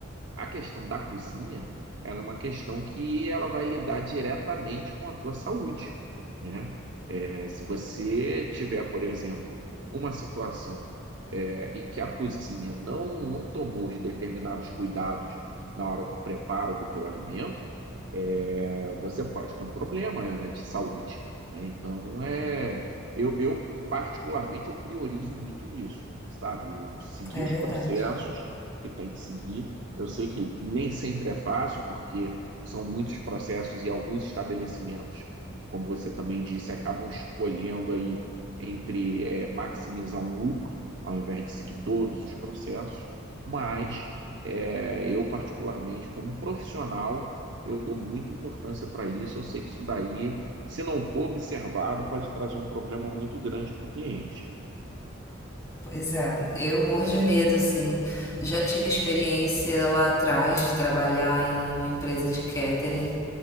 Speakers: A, on the right; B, on the left.
A: a questão da cozinha, ela é uma questão que ela vai lidar diretamente com a tua saúde, né? É, se você tiver, por exemplo, uma situação é, em que a cozinha não, não tomou os determinados cuidados na hora do preparo do teu alimento, é, é, você pode ter um problema é, de saúde. né? Então, é, eu, eu, particularmente, eu priorizo muito isso, sabe? Eu seguir
B: É
A: os
B: verdade.
A: processos que tem que seguir. Eu sei que nem sempre é fácil, porque são muitos processos e alguns estabelecimentos, como você também disse, acabam escolhendo aí entre é, maximizar um lucro, ao invés de seguir todos os processos, mas é, eu, particularmente, como profissional, eu dou muita importância para isso. Eu sei que isso daí, se não for observado, pode trazer um problema muito grande para o cliente.
B: Pois é, eu morro de medo, assim. Já tive experiência lá atrás de trabalhar em uma empresa de catering.